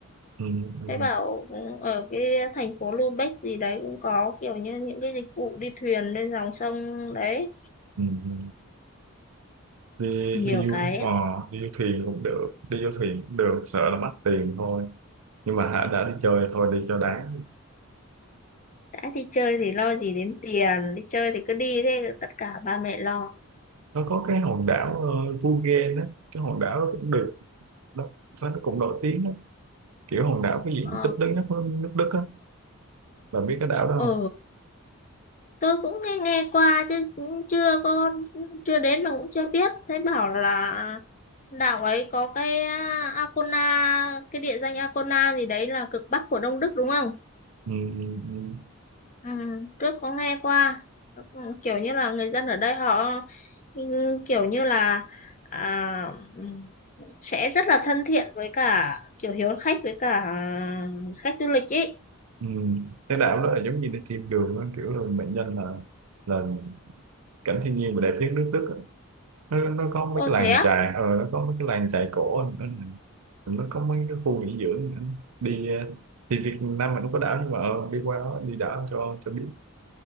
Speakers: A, on the right (about 75°); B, on the left (about 35°).
A: ừ, ừ,
B: Thế bảo ừ, ở cái thành phố Lubeck gì đấy cũng có kiểu như những cái dịch vụ đi thuyền lên dòng sông đấy.
A: ừ. ừ. đi
B: Nhiều
A: đi du
B: cái, lắm.
A: ờ, đi du thuyền cũng được đi du thuyền cũng được sợ là mất tiền thôi nhưng mà hả đã đi chơi thôi đi cho đáng
B: đã đi chơi thì lo gì đến tiền, đi chơi thì cứ đi thế tất cả ba mẹ lo.
A: nó có cái hòn đảo uh, Phú đó cái hòn đảo đó cũng được đó sao nó cũng nổi tiếng đó. kiểu hòn đảo cái diện
B: Ờ,
A: tích lớn nhất của nước Đức á bà biết cái đảo đó
B: ừ,
A: không
B: tôi cũng nghe, nghe qua chứ cũng chưa có, chưa đến mà cũng chưa biết. thấy bảo là đảo ấy có cái à, Arkona, cái địa danh Arkona gì đấy là cực bắc của Đông Đức đúng không?
A: ừ, ừ, ừ.
B: Ừ, trước có nghe qua Ừ, kiểu như là người dân ở đây họ ừ, kiểu như là à, ừ, sẽ rất là thân thiện với cả kiểu hiếu khách với cả khách du lịch ý.
A: ừ. cái đảo đó là giống như đi thiên đường á, kiểu là mệnh danh là là cảnh thiên nhiên và đẹp nhất nước Đức á. nó nó có
B: Ô
A: mấy cái làng
B: thế á?
A: chài ờ nó có mấy cái làng chài cổ nữa nè. nó có mấy cái khu nghỉ dưỡng nữa đi ờ, thì Việt Nam mình cũng có đảo nhưng mà ờ, đi qua đó đi đảo cho cho biết